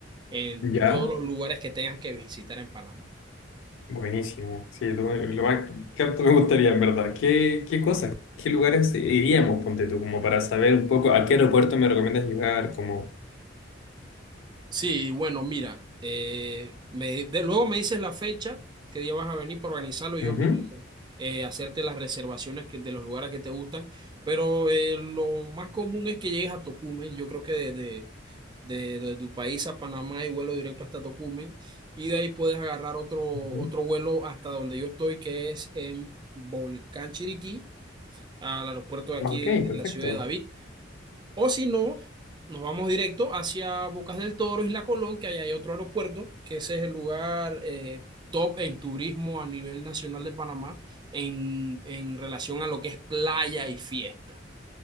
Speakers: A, on the right (about 25°); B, on the left (about 65°).
A: en
B: ¿Ya?
A: todos los lugares que tengas que visitar en Panamá.
B: Buenísimo, sí, lo, lo más que tanto me gustaría, en verdad. ¿Qué, qué cosas, qué lugares iríamos, ponte tú, como para saber un poco a qué aeropuerto me recomiendas llegar? Como,
A: Sí, bueno, mira, eh, me- de, luego me dices la fecha, qué día vas a venir para organizarlo y
B: ujú,
A: yo mismo eh, hacerte las reservaciones que- de los lugares que te gustan. Pero eh, lo más común es que llegues a Tocumen. Yo creo que desde de, de tu país a Panamá y vuelo directo hasta Tocumen. Y de ahí puedes agarrar otro, otro
B: ujú.
A: vuelo hasta donde yo estoy, que es en Volcán Chiriquí, al aeropuerto de aquí
B: Ok,
A: de, de
B: perfecto.
A: la ciudad de David. O si no, nos vamos directo hacia Bocas del Toro, Isla Colón, que ahí hay otro aeropuerto, que ese es el lugar eh, top en turismo a nivel nacional de Panamá en, en relación a lo que es playa y fiesta.